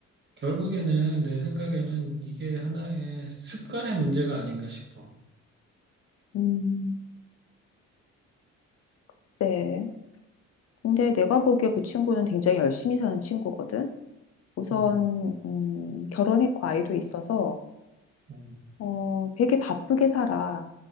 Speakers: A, on the right; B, on the left.
A: 결국에는 내 생각에는 이게 하나의 습관의 문제가 아닌가 싶어.
B: 음. 글쎄. 근데 내가 보기에 그 친구는 굉장히 열심히 사는 친구거든. 우선
A: 음,
B: 음, 결혼했고 아이도 있어서
A: 음,
B: 어, 되게 바쁘게 살아.